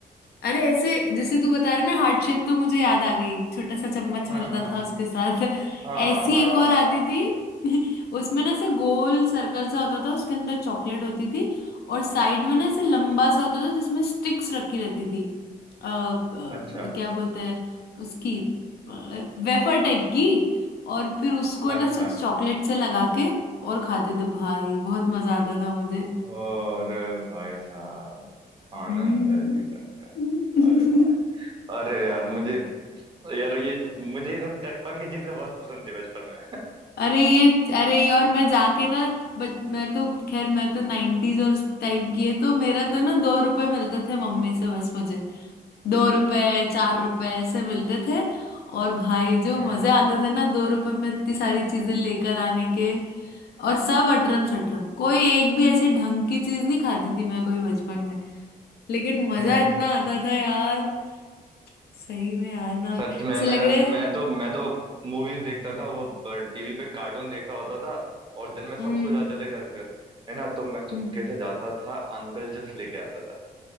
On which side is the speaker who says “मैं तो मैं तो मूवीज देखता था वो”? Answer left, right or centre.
Right